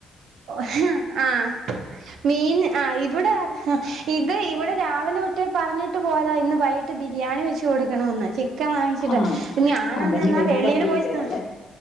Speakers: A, on the right; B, on the left.
A: പോയ ആഹ് മീൻ ആഹ് ഇവിടെ അത്, ഇത് ഇവിടെ രാവിലെ തൊട്ടേ പറഞ്ഞിട്ട് പോയതാ ഇന്ന് വൈകീട്ട് ബിരിയാണി വെച്ച് കൊടുക്കണോന്ന്. ചി ക്കൻ വാങ്ങിച്ചിട്ട്
B: ആഹ്
A: ഞാനാന്നേ
B: അപ്പൊ ഇനി
A: എന്നാ
B: വരുമ്പോ
A: വെളിയില്
B: അടിയേക്കാരല്ലേ
A: പോയി സാ